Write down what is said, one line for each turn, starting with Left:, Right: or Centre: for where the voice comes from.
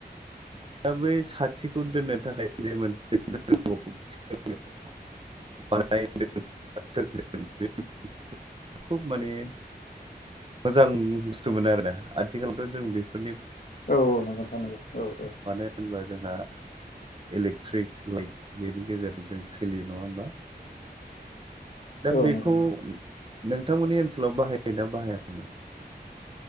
Right: दा बै साथिखौ दोननो थाखाय जे <inaudible> मोनसे। <unintelligible> खुब माने मोजां बुस्थु मोनो आरोना आथिखालावथ' जों बेफोर
Left: औ औ नंगौ नोंथां नंगौ औ औ।
Right: मानो होनबा जोंहा इलेक्ट्रिक लाइट बेनि गेजेरजों जों सोलियो नङा होमबा दा
Left: औ
Right: बेखौ
Left: नंगौ
Right: नोंथांमोननि ओनसोलाव बाहायो ना बाहायामोन?